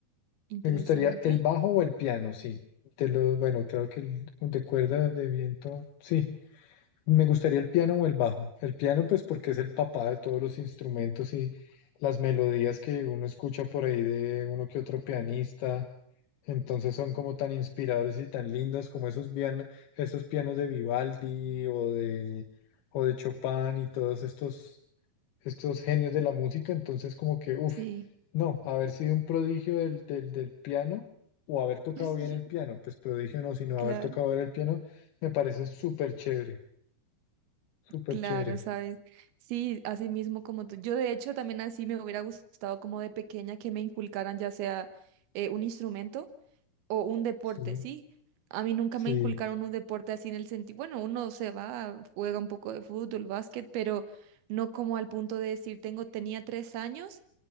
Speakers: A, on the right (about 80°); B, on the left (about 80°).
A: interesante.
B: Me gustaría el bajo o el piano, sí. De los, bueno, claro que el de cuerda de viento, sí. Me gustaría el piano o el bajo. El piano, pues porque es el papá de todos los instrumentos y las melodías que uno escucha por ahí de uno que otro pianista. Entonces son como tan inspiradores y tan lindas como esos pianos, esos pianos de Vivaldi o de, o de Chopin y todos estos, estos genios de la música. Entonces como que, uff,
A: Sí.
B: no, haber sido un prodigio del, del, del piano o haber tocado
A: <laughs>
B: bien el piano, pues prodigio no, sino haber
A: Claro,
B: tocado bien el piano, me parece súper chévere. Súper
A: claro,
B: chévere.
A: sabes. Sí, así mismo como tú. Yo de hecho también así me hubiera gustado como de pequeña que me inculcaran ya sea eh, un instrumento o un deporte,
B: Sí,
A: ¿sí? A mí nunca
B: sí.
A: me inculcaron un deporte así en el sentido, bueno, uno se va, juega un poco de fútbol, básquet, pero no como al punto de decir, tengo, tenía tres años